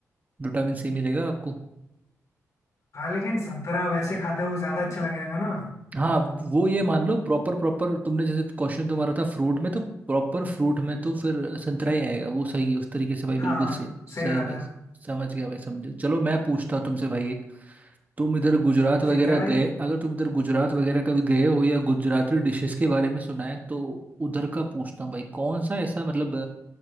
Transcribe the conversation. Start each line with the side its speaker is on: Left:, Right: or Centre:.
Right: विटामिन सी मिलेगा आपको
Left: हाँ लेकिन संतरा वैसे खाते हुए ज़्यादा अच्छा लगेगा ना
Right: हाँ वो ये मान लो प्रॉपर प्रॉपर तुमने जैसे क्वेश्चन तुम्हारा था फ्रूट में तो प्रॉपर फ्रूट में तो फिर संतरा ही आएगा वो सही है उस तरीके से भाई बिल्कुल
Left: हाँ
Right: सही सही
Left: सही बात
Right: भाई
Left: है
Right: समझ गया भाई समझे चलो मैं पूछता हूँ तुमसे भाई एक तुम इधर गुजरात वगैरह
Left: ठीक है भाई
Right: गए अगर तुम इधर गुजरात वगैरह कभी गए हो या गुजराती डिशेस के बारे में सुना है तो उधर का पूछता हूँ भाई कौन सा ऐसा मतलब